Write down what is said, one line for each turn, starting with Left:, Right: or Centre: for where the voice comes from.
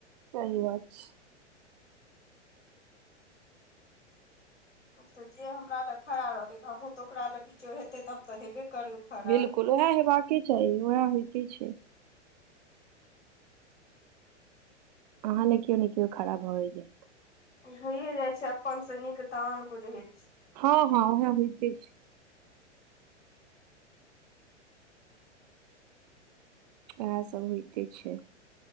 Right: सही बात छै
Left: अब तऽ जे हमरा लऽ खड़ा रहतै तऽ हमहूँ तऽ ओकरा लऽ किछो हेतै तऽ हम तऽ हेबे करबै। खड़ा
Right: बिलकुल ओहै हेबाकेँ चाही ओहै होइते छैय अहाँ ले केओ ने केओ खरा भऽ ए जैत
Left: उ भइए जाय छैय अपन से नीक आन बुजहै
Right: हँ हँ ओहा होइते छै ओहै सब होइते छै